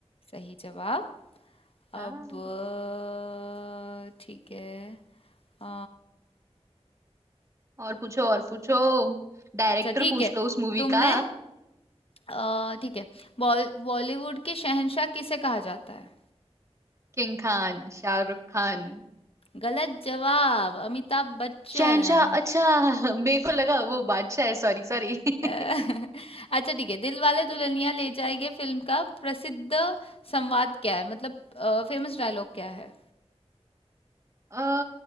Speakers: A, on the left; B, on the right.
A: सही जवाब
B: हाँ
A: अब अ, ठीक है अ,
B: और पूछो और पूछो डायरेक्टर
A: अच्छा ठीक
B: पूछ
A: है
B: लो उस मूवी
A: तुमने
B: का
A: अ, ठीक है बॉल- बॉलीवुड के शहंशाह किसे कहा जाता है
B: किंग खान शाहरुख खान
A: गलत जवाब अमिताभ बच्चन
B: शहनशाह अच्छा <laughs> मेरे को लगा वो बादशाह है सॉरी सॉरी <laughs>
A: अ, <laughs> अच्छा ठीक है दिलवाले दुल्हनिया ले जाएंगे फिल्म का प्रसिद्ध संवाद क्या है मतलब फेमस डायलॉग क्या है
B: अ